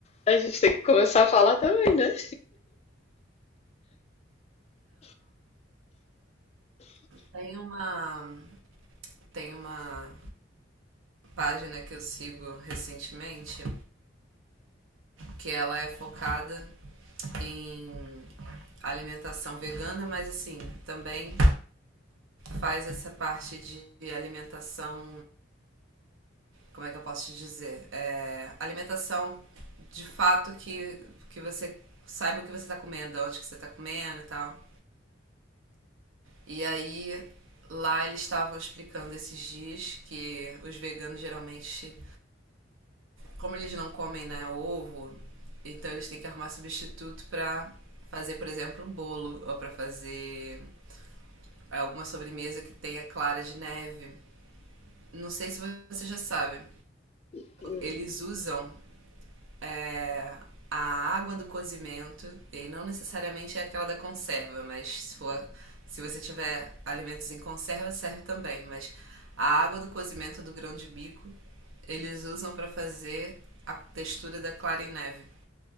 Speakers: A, on the left; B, on the right.
A: A gente tem que começar a falar também, né?
B: Tem uma, tem uma página que eu sigo recentemente que ela é focada em alimentação vegana, mas assim, também faz essa parte de alimentação, como é que eu posso te dizer? É, alimentação de fato que, que você saiba o que você está comendo, de onde que você está comendo e tal. E aí lá eles estavam explicando esses dias que os veganos geralmente Como eles não comem, né, ovo, então eles têm que arrumar substituto pra fazer, por exemplo, um bolo ou pra fazer alguma sobremesa que tenha clara de neve. Não sei se você já sabe,
A: <laughs>
B: eles usam é, a água do cozimento, e não necessariamente é aquela da conserva, mas se for se você tiver alimentos em conserva, serve também, mas a água do cozimento do grão de bico eles usam para fazer a textura da clara em neve.